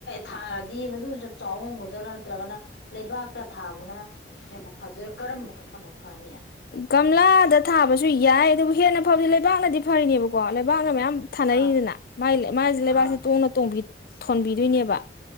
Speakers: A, on the left (about 75°); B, on the left (about 55°).
A: ꯊꯥꯔꯗꯤ ꯃꯗꯨ ꯌꯥꯝ ꯆꯥꯎꯕ ꯉꯝꯒꯗꯔꯥ ꯅꯠꯇ꯭ꯔꯒꯅ ꯂꯩꯕꯥꯛꯇ ꯊꯥꯕ ꯑꯗꯨꯅ ꯍ ꯑꯗꯨꯗ ꯀꯔꯝꯕ ꯎ ꯐꯅꯤꯌꯥ
B: ꯀꯪꯂꯥꯗ ꯊꯥꯕꯁꯨ ꯌꯥꯏ ꯑꯗꯨꯕꯨ ꯍꯦꯟꯅ ꯐꯕꯗꯤ ꯂꯩꯕꯥꯛꯅꯗꯤ ꯐꯔꯤꯅꯦꯕꯀꯣ ꯂꯩꯕꯥꯛꯅ ꯃꯌꯥꯝ ꯊꯥꯅꯔꯤꯅꯤꯅꯒꯤ
A: ꯑꯥ
B: ꯃꯥꯁꯦ
A: ꯑꯥ
B: ꯂꯩꯕꯥꯛꯁꯦ ꯇꯣꯡꯅ ꯇꯣꯡꯕꯤ ꯊꯣꯟꯕꯤꯗꯣꯏꯅꯦꯕ